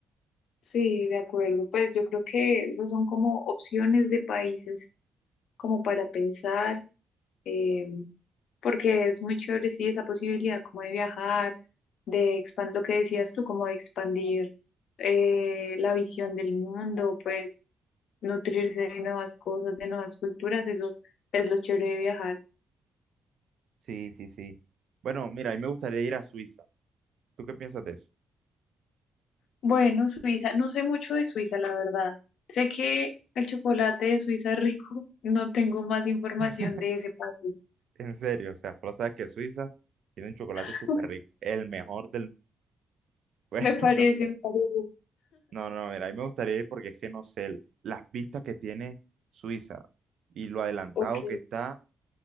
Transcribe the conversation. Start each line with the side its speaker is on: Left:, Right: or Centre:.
Left: Sí, de acuerdo. Pues yo creo que esas son como opciones de países como para pensar. eh, porque es muy chévere, sí, esa posibilidad como de viajar, de expandir lo que decías tú, como de expandir eh, la visión del mundo, pues nutrirse de nuevas cosas, de nuevas culturas, eso es lo chévere de viajar.
Right: Sí, sí, sí. Bueno, mira, a mí me gustaría ir a Suiza. ¿Tú qué piensas de eso?
Left: Bueno, Suiza, no sé mucho de Suiza, la verdad. Sé que el chocolate de Suiza es rico, <laughs> no tengo más información
Right: <laughs>
Left: de ese país.
Right: En serio, o sea, solo sabes que Suiza tiene un chocolate
Left: <laughs>
Right: súper rico, el mejor del... <laughs> Bueno,
Left: Me parece,
Right: no,
Left: me parece.
Right: no, no, mira, a mí me gustaría ir porque es que no sé, las vistas que tiene Suiza y lo adelantado
Left: Ok.
Right: que está